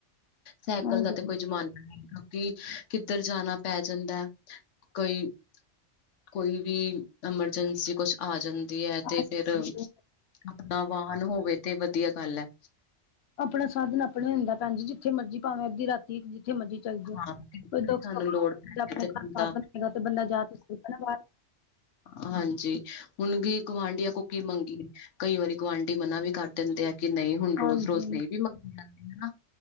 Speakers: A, on the left (about 85°); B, on the left (about 65°).
A: ਸਾਈਕਲ
B: ਹਾਂਜੀ
A: ਦਾ ਤੇ ਕੋਈ ਜ਼ਮਾਨਾ ਤੀ ਕਿੱਧਰ ਜਾਣਾ ਪੈ ਜਾਂਦੈ। ਕੋਈ, ਕੋਈ ਵੀ ਐਮਰਜੈਂਸੀ ਕੁਛ ਆ ਜਾਂਦੀ ਹੈ,
B: ਹਾਂਜੀ
A: ਤੇ ਫਿਰ ਆਪਣਾ ਵਾਹਨ ਹੋਵੇ ਤੇ ਵਧੀਆ ਗੱਲ ਹੈ।
B: ਆਪਣਾ ਸਾਧਨ ਆਪਣਾ ਹੀ ਹੁੰਦੈ ਭੈਣਜੀ, ਜਿੱਥੇ ਮਰਜ਼ੀ ਭਾਵੇਂ ਅੱਧੀ ਰਾਤੀ ਜਿੱਥੇ ਮਰਜ਼ੀ ਚੱਲ ਜੋ,
A: ਹਾਂ
B: ਕੋਈ ਦੁੱਖ
A: ਸਾਨੂੰ
B: ਸੁੱਖ
A: ਲੋੜ ਪੈ
B: ਆਪਣੇ
A: ਤੇ
B: ਘਰ
A: ਬੰਦਾ
B: ਸਾਧਨ ਹੈਗਾ ਤੇ ਬੰਦਾ ਜਾ ਤੇ ਸਕਦੈ ਨਾ ਬਾਹਰ।
A: ਹਾਂਜੀ, ਹੁਣ ਗ ਗੁਆਂਢੀਆਂ ਕੋ ਕੀ ਮੰਗੀਏ। ਕਈ ਵਾਰੀ ਗੁਆਂਢੀ ਮਨਾ ਵੀ ਕਰ ਦਿੰਦੇ ਆ ਕਿ ਨਹੀਂ ਹੁਣ
B: ਹਾਂਜੀ
A: ਰੋਜ਼-ਰੋਜ਼ ਨਹੀਂ ਵੀ ਮੰਗੀ ਜਾਂਦੀ ਹੈਨਾ,